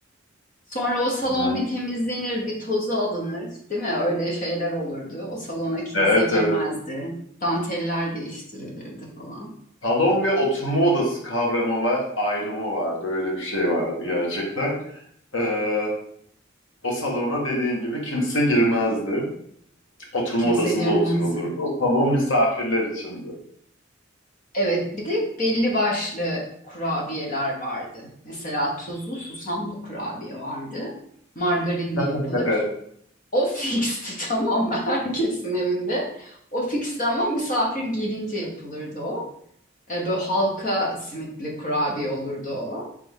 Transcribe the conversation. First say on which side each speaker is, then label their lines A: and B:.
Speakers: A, on the left (about 40°); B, on the left (about 75°).
A: Sonra o salon
B: <laughs>
A: bir temizlenir, bir tozu alınır, değil mi? Öyle şeyler olurdu. O salona kimse
B: Evet
A: girmezdi.
B: evet.
A: Danteller değiştirilirdi falan.
B: Salon ve oturma odası kavramı var, ayrımı vardı. Öyle bir şey vardı gerçekten. Ee, o salona dediğin gibi kimse girmezdi. Oturma
A: Kimse
B: odasında
A: girmezdi.
B: oturulurdu. O salon misafirler içindi.
A: Evet, bir de belli başlı kurabiyeler vardı. Mesela tuzlu susamlı kurabiye vardı. Margarinle yapılır.
B: Evet.
A: O fixti <laughs> tamam mı? Herkesin evinde. O fixti ama misafir gelince yapılırdı o. E, böyle halka simitli kurabiye olurdu o.